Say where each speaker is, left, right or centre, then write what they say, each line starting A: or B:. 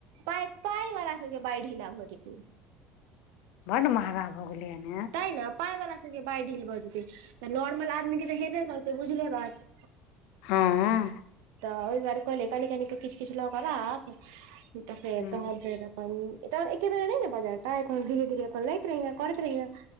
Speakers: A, on the right; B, on the left.
A: पाय- पाय बला सबके बैंह ढिला भजेतै।
B: बड मंहगा भ गेलै ह ने।
A: तैं ने पाइ बला सबके बाइह ढील भऽ जेतै, तऽ नॉर्मल आदमी के तऽ हेबे करतै बुझले बात।
B: हाँ।
A: तऽ ओहि द्वारे कहलियै कनी- कनी किछ- किछ लऽ के राख, तऽ फेर
B: हूँ
A: तहन फेर पन तब एके बेर में नै नै बजरतै तहन धीरे-धीरे अपन लैत रहिए, करैत रहिए।